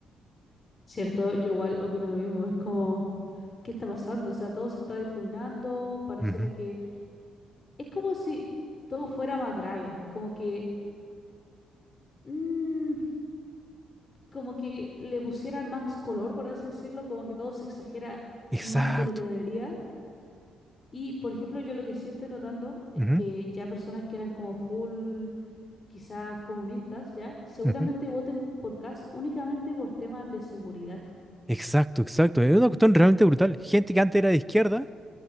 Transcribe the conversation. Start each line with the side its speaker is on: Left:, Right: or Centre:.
Left: Cierto, yo igual opino lo mismo. Es como, ¿qué está pasando? O sea, todo se está difuminando. Pareciera
Centre: Ujú.
Left: que es como si todo fuera más grave. Como que, mm, como que le pusieran más color, por así decirlo, como que todo se exagera
Centre: Exacto.
Left: más de lo que debería. Y, por ejemplo, yo lo que sí estoy notando es
Centre: Ujú,
Left: que ya personas que eran como full, quizás comunistas, ya, seguramente
Centre: ujú.
Left: voten por Kast únicamente por temas de seguridad.
Centre: Exacto, exacto. Es una cuestión realmente brutal. Gente que antes era de izquierda